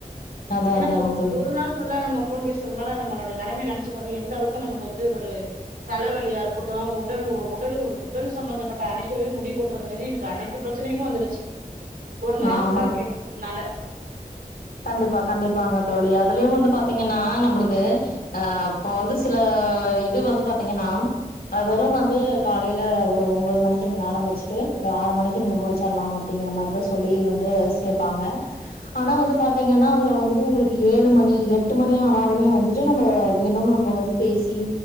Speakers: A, on the left; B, on the right.
A: அதா
B: ஏனா
A: அதாங்க
B: ஒ
A: தோழி
B: ஒரு நாள் ஃபுல்லா நம்ம ஃபோன் பேசுறதுனால நம்மளோடைய நெலமைய நெனச்சு பாருங்க எந்தளவுக்கு நமக்கு வந்து ஒரு தலைவலியா இருக்கட்டும் உடல் உடல் உடல் சம்பந்தம் பட்ட அனைத்துவையு முடி கொட்டுறதுலேந்து எனக்கு அனைத்து பிரச்சனைகளும் வந்துருச்சி ஒரு நாள்
A: ஆமா
B: புல்லா பேசுறதுனால
A: கண்டிப்பா கண்டிப்பாங்க தோழி அதுலயும் வந்து பாத்தீங்கன்னா நம்புளுது அ இப்ப வந்து சில இது வந்து பாத்தீங்கன்னா அவரும் வந்து காலைல ஒ ஒரு ஒன்போது மணிக்கு நீங்க ஆரம்பிச்சுட்டு ஒரு ஆறு மணிக்கு நீங்க முடிச்சர்லாம் அப்டிங்கற மாரிதான் சொ சொல்லி வந்து சேப்பாங்க ஆனா வந்து பாத்தீங்கன்னா அதுல வந்துட்டு ஒங்குளுக் ஏழு மணி எட்டு மணி ஆனாலுமே வந்துட்டு நம்ம இன்னமு நம்ம வந்து பேசி